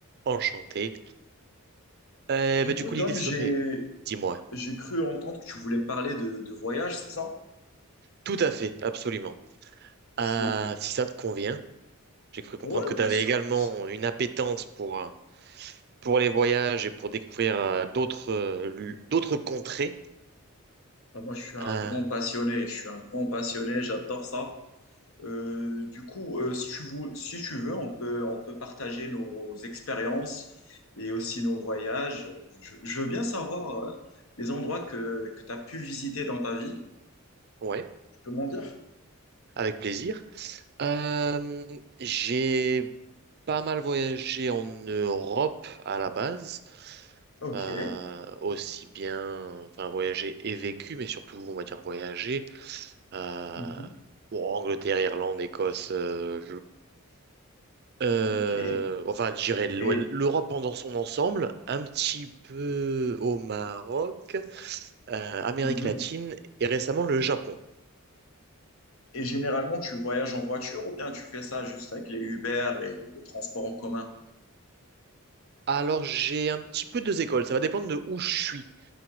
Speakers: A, on the right; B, on the left.
A: Enchanté. Euh,
B: Du
A: bah, du
B: coup,
A: coup,
B: Tom,
A: l'idée, ce
B: j'ai
A: serait, dis-moi,
B: j'ai cru entendre que tu voulais me parler de, de voyage, c'est ça?
A: tout à fait, absolument.
B: C'est-
A: Euh, si ça te convient, j'ai cru comprendre
B: Ouais,
A: que
B: bien
A: tu avais
B: sûr,
A: également
B: bien sûr.
A: une appétence pour, euh, pour les voyages et pour découvrir euh, d'autres euh, lu- d'autres contrées.
B: Bah, moi, je suis un
A: Euh,
B: grand passionné, je suis un grand passionné, j'adore ça. Euh, du coup, euh, si tu veux, si tu veux, on peut, on peut partager nos expériences et aussi nos voyages. Je, je veux bien savoir euh, les endroits que, que tu as pu visiter dans ta vie.
A: ouais,
B: Tu peux m'en dire?
A: avec plaisir. Euh, j'ai pas mal voyagé en Europe à la base,
B: Ok.
A: euh, aussi bien, enfin voyagé et vécu, mais surtout, on va dire voyager. euh,
B: Mhm.
A: bon, Angleterre, Irlande, Écosse, euh, euh,
B: Ok.
A: enfin, je dirais l'O-
B: Et...
A: l'Europe dans son ensemble, un petit peu au Maroc, euh, Amérique
B: mhm.
A: latine et récemment le Japon.
B: Et généralement, tu voyages en voiture ou bien tu fais ça juste avec les Uber et les transports en commun?
A: Alors, j'ai un petit peu deux écoles, ça va dépendre de où je suis.